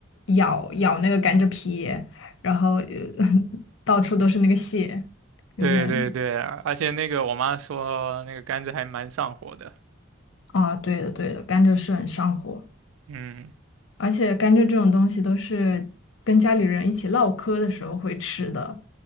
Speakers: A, on the left; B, on the right.
A: 咬咬那个甘蔗皮，然后呃 <laughs> 到处都是那个屑，有点
B: 对对对啊，而且那个我妈说那个甘蔗还蛮上火的。
A: 啊，对的对的，甘蔗是很上火，
B: 嗯
A: 而且甘蔗这种东西都是跟家里人一起唠嗑的时候会吃的。